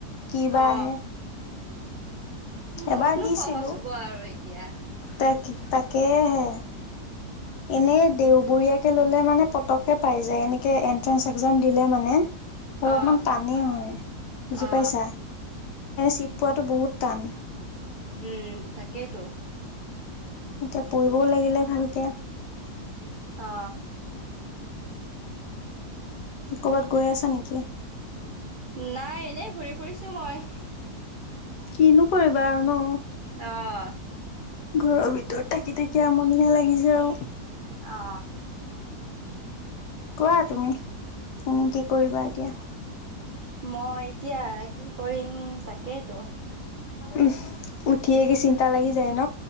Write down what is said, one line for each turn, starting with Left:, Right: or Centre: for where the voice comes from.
Left: কি বা
Right: অ
Left: আহে এবাৰ
Right: ক'তনো
Left: দিছিলো
Right: সহজ হ'ব আৰু এতিয়া
Left: তাক তাকেহে এনেই দেওবৰীয়াকে ললে মানে পতককে পাই যায় এনেকে এনট্ৰেঞ্চ একজাম দিলে মানে অলপমান
Right: অ
Left: টানে হয় বুজি
Right: অ
Left: পাইছা ছিট পোৱাটো বহুত টান
Right: উম তাকেইতো
Left: এতিয়া পঢ়িবও লাগিলে ভালকে
Right: অ
Left: ক'ৰবাত গৈ আছা নেকি
Right: নাই এনেই ঘূৰি ফুৰিছো মই
Left: কিনো কৰিবা আৰু ন
Right: আহ
Left: ঘৰৰ ভিতৰত থাকি থাকি আমনীয়ে লাগিছে আৰু
Right: আহ
Left: কোৱা তুমি এনে কি কৰিবা এতিয়া
Right: মই এতিয়া কি কৰিম তাকেইতো
Left: উম উঠিয়ে কি চিন্তা লাগি যায় ন